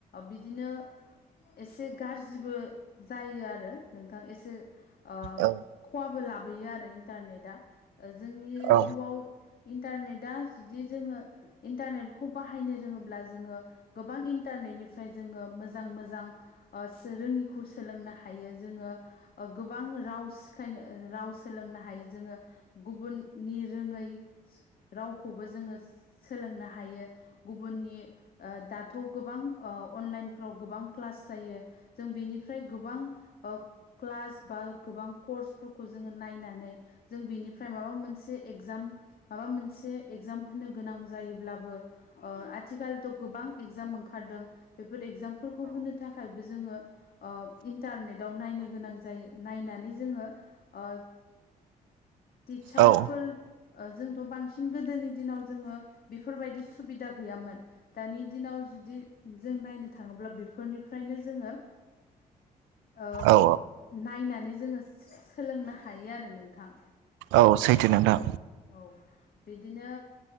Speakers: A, on the left; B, on the right.
A: बिदिनो एसे गारजिबो जायो आरो नोंथां एसे ओ
B: औ
A: खहाबो लाबोयो आरो इन्टारनेटा जोंनि
B: औ
A: जिउआव इन्टारनेटा जुदि जोङो इन्टारनेटखौ बाहायनो रोङोब्ला जोङो गोबां इन्टारनेटनिफ्राय जोङो मोजां मोजां ओ रोङिखौ सोलोंनो हायो जोङो गोबां राव सिखायनो राव सोलोंनो हायो जोङो गुबुननि रोङै रावखौबो जोङो सोलोंनो हायो गुबुननि दाथ' गोबां ओ अनलाइन फ्राव गोबां क्लास जायो जों बेनिफ्राय गोबां क्लास बा गोबां कर्सफोरखौ जोङो नायनानै जों बेनिफ्राय माबा मोनसे एगजाम माबा मोनसे एगजाम होनो गोनां जायोब्लाबो ओ आथिखालथ' गोबां एगजाम ओंखारदों बेफोर एगजामफोरखौ होनो थाखाय बो जोङो इन्टारनेटाव नायनो गोनां जायो नायनानै जोङो ओ टिचारफोर
B: औ
A: ओ जोंथ' बांसिन गोदोनि दिनाव जोङो बेफोरबायदि सुबिदा गैयामोन दानि दिनाव जुदि जों नायनो थाङोब्ला बेफोरनिफ्रायनो जोङो ओ
B: औ
A: नायनानै जोङो सोलोंनो हायो आरो नोंथां
B: औ सैथो नोंथां
A: औ बिदिनो